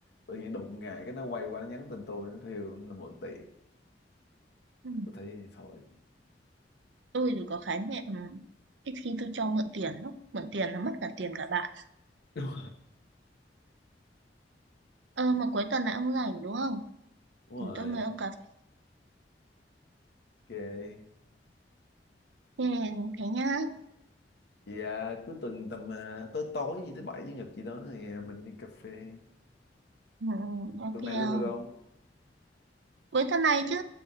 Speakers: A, on the left (about 65°); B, on the right (about 75°).
A: tự nhiên đụng ngày cái nó quay qua nó nhắn tin tôi nó kêu nó mượn tiền
B: ừ.
A: tôi thấy thôi
B: tôi thì có khái niệm ít khi tôi cho mượn tiền lắm mượn tiền là mất cả tiền cả bạn
A: <laughs> đúng rồi
B: ờ mà cuối tuần này ông rảnh đúng không
A: đúng
B: ừ,
A: rồi
B: tôi mời ông cà phê
A: ok
B: thế, thế nhá
A: vậy à, cuối tuần tầm à, tối tối như thứ bảy chủ nhật gì đó thì mình đi cà phê
B: ừ, ok
A: tuần này luôn
B: không
A: được không
B: cuối tuần này chứ